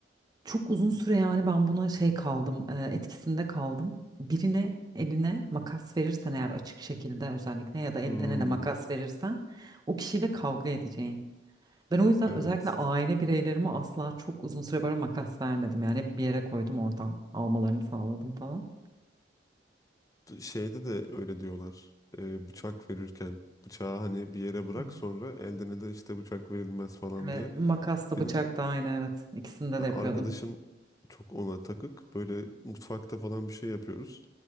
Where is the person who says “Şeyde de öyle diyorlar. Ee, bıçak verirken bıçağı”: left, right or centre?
Left